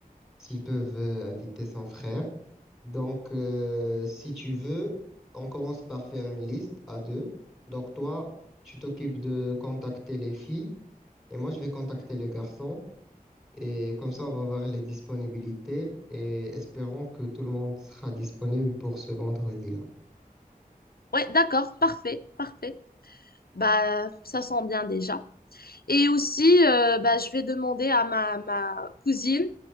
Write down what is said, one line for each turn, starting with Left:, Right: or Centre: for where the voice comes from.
Centre: s'ils peuvent euh, inviter son frère. Donc, euh, si tu veux, on commence par faire une liste à deux. Donc, toi, tu t'occupes de contacter les filles et moi, je vais contacter les garçons. Et comme ça, on va voir les disponibilités et espérons que tout le monde sera disponible pour ce vendredi-là.
Left: Ouais, d'accord, parfait, parfait. Bah, ça sent bien déjà. Et aussi, euh, bah, je vais demander à ma, ma cousine